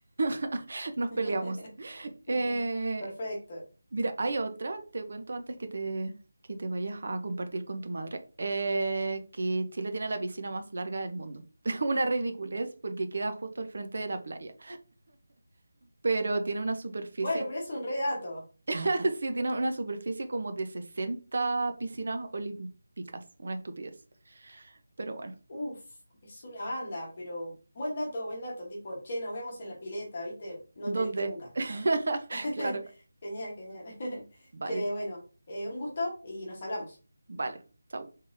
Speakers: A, on the right; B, on the left.
A: <laughs> nos
B: <laughs>
A: peleamos. Eh,
B: Perfecto.
A: mira, hay otra, te cuento antes que te, que te vayas a compartir con tu madre, eh, que Chile tiene la piscina más larga del mundo. <laughs> Una ridiculez porque queda justo al frente de la playa, pero tiene una superficie,
B: Bueno, pero es un re dato.
A: <laughs> sí, tiene una superficie como de 60 piscinas olímpicas, una estupidez. Pero bueno,
B: Uf, es una banda, pero buen dato, buen dato. Tipo, che, nos vemos en la pileta, ¿viste? No
A: ¿dónde?
B: te viste nunca.
A: <laughs>
B: <laughs>
A: Claro,
B: Genial, genial. <laughs>
A: vale.
B: Che, bueno, eh, un gusto y nos hablamos.
A: Vale, chao.